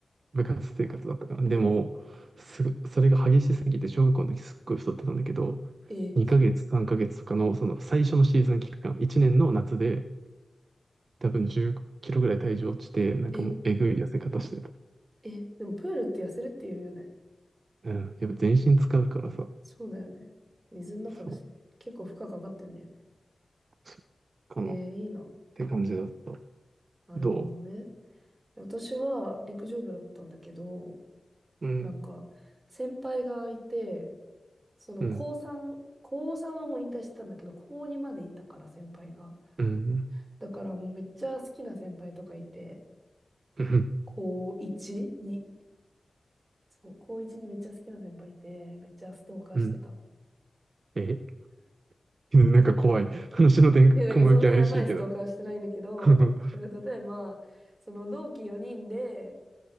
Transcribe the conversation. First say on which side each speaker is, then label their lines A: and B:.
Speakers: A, on the right; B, on the right.
A: 部活生活だったから。でも、すご、それが激しすぎて、小学校の時すっごい太ってたんだけど、
B: え、
A: 2ヶ月、
B: そう。
A: 3ヶ月とかの、その最初のシーズン期間、1年の夏で、多分10キロぐらい体重落ちて、なんかもうえぐい痩せ方してた。
B: ええ、でもプールって痩せるって言うよね。
A: うん。やっぱ全身使うからさ、
B: そうだよね。水の中だしね。
A: そう、
B: 結構負荷かかってんだよね。
A: そうかなっ
B: えー、いいな。
A: て感じだった。
B: なるほどね。
A: ど
B: 私は陸上部だったんだけど、
A: ううん、
B: なんか、先輩がいて、その高3、
A: うん、
B: 高3はもう引退してたんだけど、高2までいたから先輩が。
A: うん、
B: だからもうめっちゃ好きな先輩とかいて、
A: うん、
B: 高1に、そう、高1にめっちゃ好きな先輩いて、めっちゃストーカーしてた。
A: うん。え <laughs> なんか怖い。話の展開、
B: いや、なんかそんなやばいストーカーはしてないんだけど、
A: 雲行き怪しいけど。<laughs>
B: なんか例えば、その同期4人で、